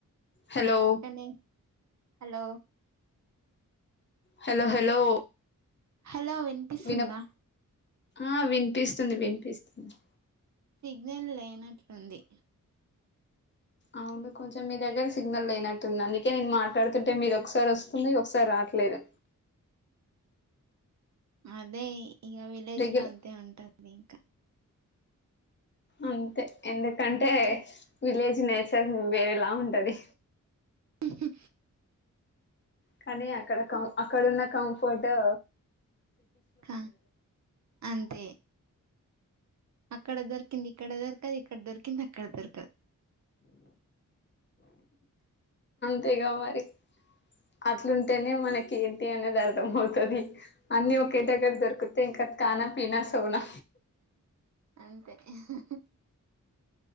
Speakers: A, on the left; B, on the right.
A: హలో
B: కానీ హలో
A: హలో హలో
B: హలో వినిపిస్తుందా
A: వినప్ ఆ వినిపిస్తుంది వినిపిస్తుంది
B: సిగ్నల్ లేనట్లుంది
A: అవును కొంచెం మీ దగ్గర సిగ్నల్ లేనట్టుంది అందుకే నేను మాట్లాడుతుంటే మీది ఒకసారి వస్తుంది ఒకసారి రాట్లేదు
B: అదే ఈగ విలేజ్
A: రెగ్యుల
B: లో అంతే ఉంటది <inaudible>
A: అంతే ఎంలే ఎకంటే విలేజ్ నేచర్ వేరేలా ఉంటది
B: ఊహు
A: కానీ అక్కడ క అక్కడన్న కంఫర్టు
B: హ అంతే అక్కడ దొర్కింది ఇక్కడ దొర్క ఇక్కడ దొరికిందక్కడ దొర్కదు
A: అంతేగా మరి అట్లుంటేనే మనకి ఏంటి అనేది అర్థంమవుతుం తుది అన్ని ఒకే దగ్గర దొరుకు తంక ఖానా పీనా సోనా
B: అంతే ఊహు